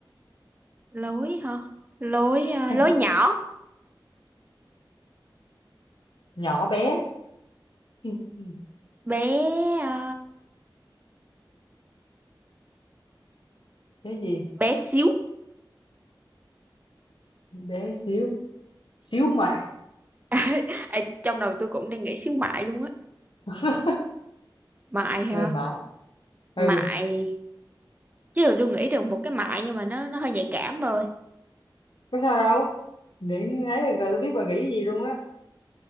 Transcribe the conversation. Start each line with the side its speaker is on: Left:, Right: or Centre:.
Right: lối hả? Lối
Left: <laughs>
Right: ờ, lối nhỏ,
Left: nhỏ bé. Ừ, ừ,
Right: bé ờ,
Left: Cái gì?
Right: bé xíu.
Left: Bé xíu, xíu mại,
Right: <laughs> Ê, trong đầu tôi cũng đang nghĩ xíu mại luôn á.
Left: <laughs>
Right: Mại hả?
Left: mềm mại. Ừ,
Right: Mại. Chứ rồi tôi nghĩ được một cái mại nhưng mà nó nó hơi nhạy cảm rồi.
Left: có sao đâu. Miễn ấy được rồi, tôi biết bà nghĩ cái gì luôn á.